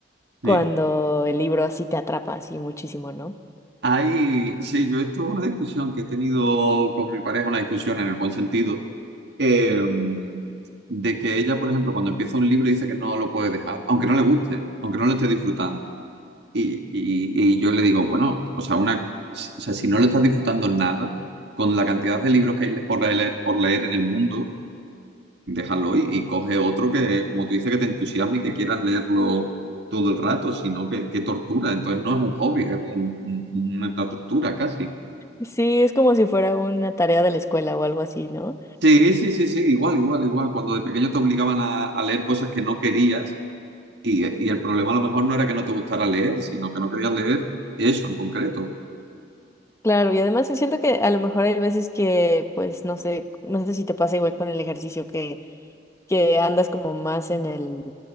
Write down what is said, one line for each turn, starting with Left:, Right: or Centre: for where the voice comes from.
Left: cuando
Right: Sí.
Left: el libro así te atrapa así muchísimo, ¿no?
Right: Hay- sí, yo esto es una discusión que he tenido con mi pareja, una discusión en el buen sentido, eh, de que ella, por ejemplo, cuando empieza un libro dice que no lo puede dejar, aunque no le guste, aunque no lo esté disfrutando. Y, y- y yo le digo, bueno, o sea, una, o sea, si no lo estás disfrutando nada, con la cantidad de libros que hay por leer, por leer en el mundo, déjalo y, y coge otro que, como tú dices, que te entusiasme y que quieras leerlo todo el rato, sino que, que tortura. Entonces no es un hobby, es un- un- una tortura casi.
Left: Sí, es como si fuera una tarea de la escuela o algo así, ¿no?
Right: Sí, sí, sí, sí, igual, igual, igual. Cuando de pequeño te obligaban a, a leer cosas que no querías y, y el problema a lo mejor no era que no te gustara leer, sino que no querías leer eso en concreto.
Left: Claro, y además siento que a lo mejor hay veces que, pues, no sé, no sé si te pasa igual con el ejercicio que que andas como más en el,